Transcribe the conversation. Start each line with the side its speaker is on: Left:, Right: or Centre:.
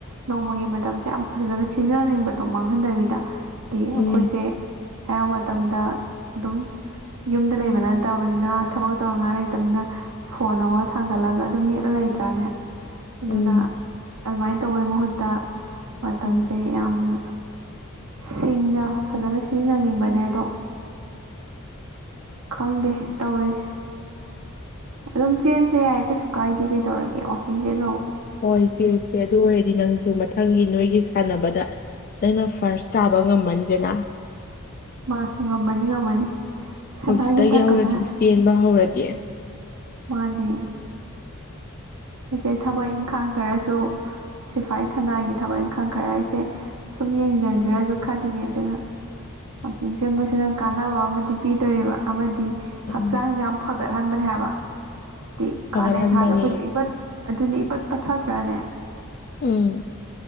Right: ꯅꯣꯡꯃꯒꯤ ꯃꯇꯝꯁꯦ ꯌꯥꯝ ꯐꯖꯅ ꯁꯤꯖꯤꯟꯅꯅꯤꯡꯕꯗꯣ ꯃꯥꯡꯍꯟꯗꯕꯤꯗ ꯗꯤ ꯑꯩꯈꯣꯏꯁꯦ
Left: ꯎꯝ
Right: ꯑꯌꯥꯝ ꯃꯇꯝꯗ ꯑꯗꯨꯝ ꯌꯨꯝꯗ ꯂꯩꯕ ꯅꯠꯇꯕꯅꯤꯅ ꯊꯕꯛ ꯇꯧꯅꯉꯥꯏ ꯂꯩꯇꯕꯅꯤꯅ ꯐꯣꯟ ꯑꯃ ꯊꯥꯡꯒꯠꯂꯒ ꯑꯗꯨꯝ ꯃꯦꯠꯂ ꯂꯩꯇ꯭ꯔꯥꯅꯦ ꯑꯗꯨꯅ
Left: ꯎꯝ
Right: ꯑꯗꯨꯃꯥꯏꯅ ꯇꯧꯕꯩ ꯃꯍꯨꯠꯇ ꯃꯇꯝꯁꯦ
Left: ꯎꯝ
Right: ꯌꯥꯝꯅ ꯁꯤꯡꯅ ꯐꯖꯅ ꯁꯤꯖꯤꯟꯅꯅꯤꯡꯕꯅꯦ ꯑꯗꯣ ꯈꯪꯗꯦ ꯇꯧꯔꯤꯁꯦ ꯑꯗꯨꯝ ꯆꯦꯟꯁꯦ ꯌꯥꯏ ꯀꯩꯁꯨ ꯀꯥꯏꯗꯦ ꯀꯩ ꯇꯧꯔꯒꯦ ꯋꯥꯀꯤꯡꯁꯦ ꯑꯗꯨ
Left: ꯍꯣꯏ ꯆꯦꯡꯁꯦ ꯑꯗꯨ ꯑꯣꯏꯔꯗꯤ ꯅꯪꯁꯨ ꯃꯊꯪꯒꯤ ꯅꯣꯏꯒꯤ ꯒꯤ ꯁꯥꯟꯅꯕꯗ ꯅꯪꯅ ꯐꯥꯔꯁ ꯇꯥꯕ ꯉꯝꯃꯅꯤꯗꯅ
Right: ꯃꯥ ꯉꯝꯃꯅꯤ ꯉꯝꯃꯅꯤ ꯁꯅꯥꯒꯤ
Left: ꯍꯧꯖꯤꯛꯇꯒꯤ
Right: ꯇꯛ
Left: ꯍꯧꯅ
Right: ꯑꯃ
Left: ꯁꯨꯝ ꯆꯦꯟꯕ ꯍꯧꯔꯗꯤ
Right: ꯃꯥꯅꯦ ꯑꯩꯁꯦ ꯊꯕꯛ ꯏꯪꯈꯥꯡ ꯈꯔꯁꯨ ꯁꯤꯐꯥꯏ ꯊꯅꯥꯒꯤ ꯊꯕꯛ ꯏꯪꯈꯥꯡ ꯈꯔ ꯑꯩꯁꯦ ꯁꯨꯝ ꯌꯦꯡꯖꯟꯁꯤꯔꯁꯨ
Left: ꯎꯝ
Right: ꯈꯜꯂꯤꯅꯦ ꯑꯗꯨꯅ ꯋꯥꯛꯀꯤꯡ ꯁꯦꯝꯕꯁꯤꯅ ꯀꯥꯟꯅꯕ ꯑꯃꯗꯤ ꯄꯤꯗꯣꯔꯤꯕ ꯑꯃꯗꯤ
Left: ꯎꯝ
Right: ꯍꯛꯆꯥꯡꯁꯦ ꯌꯥꯝ ꯐꯒꯠꯍꯟꯕꯅꯦ ꯍꯥꯏꯕꯗꯤ
Left: ꯐꯒꯠꯍꯟꯕꯅꯦ
Right: ꯀꯥꯂꯦꯟ ꯊꯥꯁꯦ ꯑꯩꯈꯣꯏꯁꯦ ꯏꯐꯠ ꯑꯗꯨꯅꯦ ꯏꯄꯠ ꯄꯠꯊꯥꯗ꯭ꯔꯥꯅꯦ
Left: ꯎꯝ